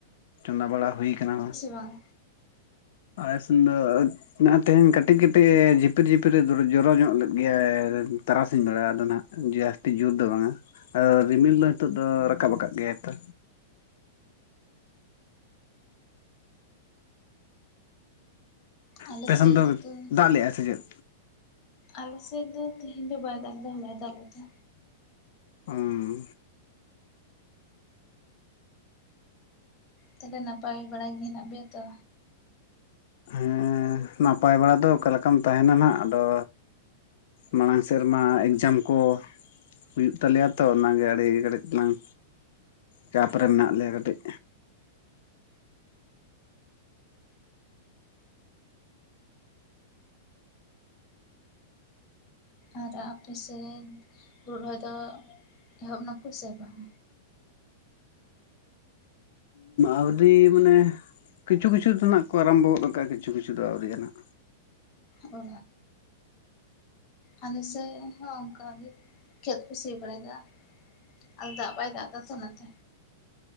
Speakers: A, on the left; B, on the left.
A: ᱪᱚᱸᱫᱟ ᱵᱟᱲᱟ ᱦᱩᱭ ᱠᱟᱱᱟ,
B: ᱵᱟᱝ
A: ᱟᱞᱮ ᱥᱮᱱ ᱫᱚ ᱱᱟᱜ ᱟ ᱛᱮᱦᱮᱧ ᱠᱟᱹᱴᱤᱡ ᱠᱟᱹᱴᱤᱡ ᱮ ᱡᱷᱤᱯᱤᱨ ᱡᱷᱤᱯᱤᱨᱮ ᱡᱚᱨᱚ ᱧᱚᱜ ᱞᱮᱫ ᱜᱮᱭᱟ ᱛᱟᱨᱟᱥᱤᱧ ᱵᱮᱲᱟ, ᱟᱫᱚ ᱱᱦᱟᱜ ᱡᱟᱹᱥᱛᱤ ᱡᱳᱨ ᱫᱚ ᱵᱟᱝᱟ ᱟᱨ ᱨᱤᱢᱤᱞ ᱫᱚ ᱦᱤᱛᱳ ᱫᱚ ᱨᱟᱠᱟᱵ ᱟᱠᱟᱫ ᱜᱮᱭᱟᱭ ᱛᱚ᱾
B: ᱟᱞᱮ
A: ᱟᱯᱮ
B: ᱥᱮᱡ
A: ᱥᱮᱱ
B: ᱫᱚ
A: ᱫᱟᱜ ᱞᱮᱜᱼᱟ ᱥᱮ ᱪᱮᱫ?
B: ᱟᱞᱮ ᱥᱮᱡ ᱫᱚ ᱛᱮᱦᱮᱧ ᱫᱚ ᱵᱟᱭ ᱫᱟᱜ ᱠᱟᱫᱟ ᱦᱚᱞᱟᱭ ᱫᱟ ᱠᱟᱫᱟ᱾
A: ᱚᱸᱢ
B: ᱛᱟᱦᱞᱮ ᱱᱟᱯᱟᱭ ᱵᱟᱲᱟ ᱜᱮ ᱦᱮᱱᱟᱜ ᱯᱮᱭᱟ ᱛᱚ?
A: ᱦᱮᱸ ᱱᱟᱯᱟᱭ ᱵᱟᱲᱟ ᱫᱚ ᱚᱠᱟᱞᱮᱠᱟᱢ ᱛᱟᱦᱮᱱᱟ ᱱᱦᱟᱜ ᱟᱫᱚ ᱢᱟᱲᱟᱝ ᱥᱮᱨᱢᱟ ᱮᱠᱡᱟᱢ ᱠᱚ ᱦᱩᱭᱩᱜ ᱛᱟᱞᱮᱭᱟ ᱛᱚ ᱚᱱᱟᱜᱮ ᱟᱹᱰᱤ ᱠᱟᱹᱴᱤᱡ ᱛᱟᱞᱟᱝ ᱪᱟᱯ ᱨᱮ ᱢᱮᱱᱟᱜ ᱞᱮᱭᱟ ᱠᱟᱹᱴᱤᱡ᱾
B: ᱟᱨ ᱟᱯᱮᱥᱮᱡ ᱦᱩᱲᱩ ᱨᱚᱦᱚᱭ ᱫᱚ ᱮᱦᱚᱵ ᱱᱟᱠᱩ ᱥᱮ ᱵᱟᱝ?
A: ᱟᱹᱣᱨᱤ ᱢᱟᱱᱮ ᱠᱤᱪᱷᱩ ᱠᱤᱪᱷᱩ ᱫᱚ ᱱᱟᱜ ᱠᱚ ᱟᱨᱟᱢᱵᱚᱣ ᱜᱚ ᱠᱟᱫᱟ ᱠᱤᱪᱷᱩ ᱠᱤᱪᱷᱩ ᱫᱚ ᱟᱹᱣᱨᱤ ᱟᱱᱟᱜ᱾
B: ᱚ ᱟᱞᱮ ᱥᱮᱡ ᱦᱚᱸ ᱚᱝᱠᱟᱜ ᱜᱮ ᱠᱷᱮᱛ ᱠᱚ ᱥᱤ ᱵᱟᱲᱟᱭᱫᱟ᱾ ᱟᱫᱚ ᱫᱟᱜ ᱵᱟᱭ ᱫᱟᱜ ᱫᱟᱛᱚ ᱚᱱᱟᱛᱮ᱾